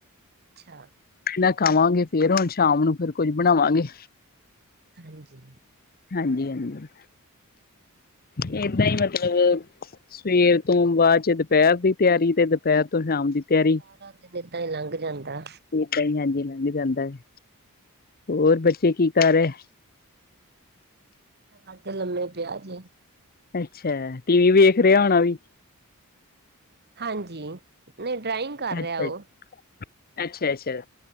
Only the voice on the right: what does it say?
ਅੱਛਾ।
ਹਾਂਜੀ।
ਸਾਰਾ ਦਿਨ ਇਹਦਾਂ ਹੀ ਲੰਘ ਜਾਂਦਾ।
ਅਲੱਗ ਲੰਮੇ ਪਿਆ ਜੇ।
ਹਾਂਜੀ। ਨਹੀਂ ਡਰਾਇੰਗ ਕਰ
ਰਿਹਾ ਉਹ